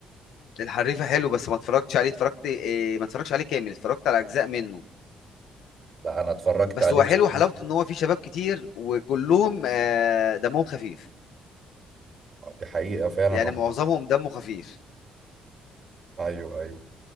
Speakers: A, on the left (about 80°); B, on the right (about 45°).
A: الحريفه حلو بس ما اتفرجتش عليه اتفرجت إيه ما اتفرجتش عليه كامل اتفرجت على اجزاء منه
B: لا انا اتفرجت
A: بس
B: عليه
A: هو
B: بصراحة
A: حلو حلاوته ان هو فيه شباب كتير وكلهم آه، دمهم خفيف
B: آه، دي حقيقة فعلا
A: يعني
B: والله
A: معظمهم دمه خفيف
B: ايوه ايوه